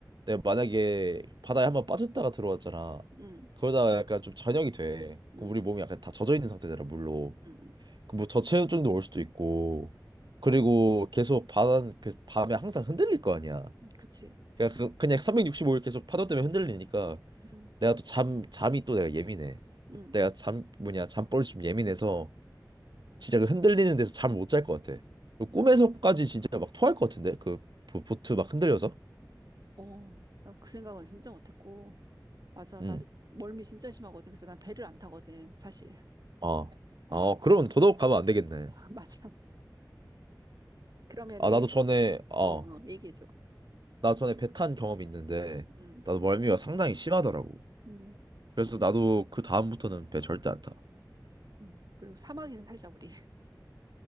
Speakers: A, on the right; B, on the right.
A: 내가 만약에 바다에 한 번 빠졌다가 들어왔잖아
B: 응,
A: 그러다가 약간 좀 저녁이 돼
B: 응,
A: 그럼 우리 몸이 약간 다 젖어 있는 상태잖아 물로
B: 응, 응,
A: 그뭐 저체온증도 올 수도 있고 그리고 계속 바다는 그 밤에 항상 흔들릴 거 아니야
B: 응, 그치.
A: 그냥, 그, 그냥 365일 계속 파도 때문에 흔들리니까
B: 응,
A: 내가 또 잠 잠이 또 내가 예민해
B: 응.
A: 내가 잠 뭐냐 잠버릇이 좀 예민해서 진짜 그 흔들리는 데서 잠을 못 잘 것 같아. 그 꿈에서까지 진짜 막 토할 것 같은데? 그 보- 보트 막 흔들려서?
B: 어, 나 그 생각은 진짜 못했고, 맞아,
A: 응.
B: 나도 멀미 진짜 심하거든. 그래서 난 배를 안 타거든, 사실.
A: 어.
B: 어,
A: 어, 그러면 더더욱 가면 안 되겠네.
B: <laughs> 맞아. 그러면은,
A: 아, 나도 전에, 어,
B: 어, 어, 얘기해줘.
A: 나 전에 배 탄 경험이 있는데,
B: 음,
A: 나도 멀미가 상당히 심하더라고.
B: 음,
A: 그래서 나도 그 다음부터는 배 절대 안 타.
B: 음. 그리고 사막에서 살자, 우리.